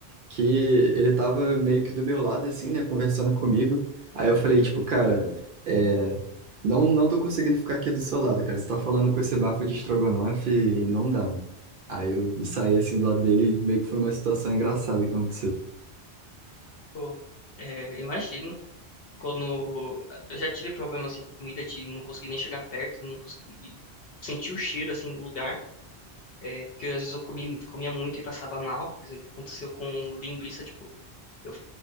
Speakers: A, on the right (about 60°); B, on the left (about 65°).
A: que ele tava meio que do meu lado, assim, né, conversando comigo. Aí eu falei, tipo, cara, é, não, não tô conseguindo ficar aqui do seu lado, cara. Você tá falando com esse bafo de estrogonofe e não dá. mano. Aí eu saí, assim, do lado dele e meio que foi uma situação engraçada que aconteceu.
B: Pô, é, imagino. Quando eu já tive problema assim com comida de não conseguir nem chegar perto, não conseguir sentir o cheiro assim do lugar. É, porque às vezes eu comi, comia muito e passava mal. Por exemplo, aconteceu com linguiça, tipo, eu,